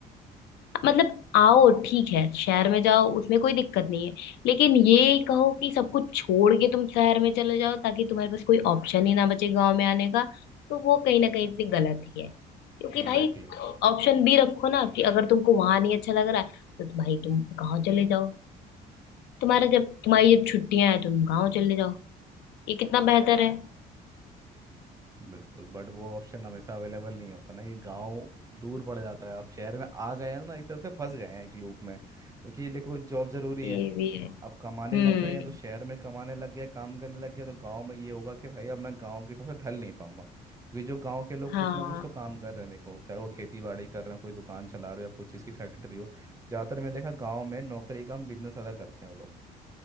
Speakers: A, on the left (about 85°); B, on the right (about 20°).
A: मतलब आओ ठीक है शहर में जाओ उसमें कोई दिक्कत नहीं है लेकिन ये कहो कि सब कुछ छोड़ के तुम शहर में चले जाओ ताकि तुम्हारे पास कोई ऑप्शन ही ना बचे गांव में आने का तो वो कहीं ना कहीं से गलत ही है क्योंकि
B: एग्जैक्टली
A: भाई ऑप्शन भी रखो ना कि अगर तुमको वहां नहीं अच्छा लग रहा है तो तो भाई तुम गाँव चले जाओ तुम्हारा जब तुम्हारी जब छुट्टियां हैं तुम गाँव चले जाओ ये कितना बेहतर है
B: बिल्कुल बट वो ऑप्शन हमेशा अवेलेबल नहीं होता ना कि गांव दूर पड़ जाता है अब शहर में आ गए हैं ना एक तरफ से फंस गए हैं एक लूप में क्योंकि देखो जॉब जरूरी
A: ये
B: है
A: भी है हम्म
B: अब कमाने लग गए हैं तो शहर में कमाने लग गए काम करने लग गए तो गांव में ये होगा कि भाई अब मैं गांव के हिसाब से ढल नहीं पाऊंगा क्योंकि जो गांव के लोग
A: हाँ
B: कुछ ना कुछ तो काम कर रहे हैं देखो चाहे वो खेती बाड़ी कर रहे हैं कोई दुकान चला रहे हो या कोई चीज़ की फैक्ट्री हो ज़्यादातर मैंने देखा गाँव में नौकरी कम बिजनेस ज़्यादा करते हैं वो लोग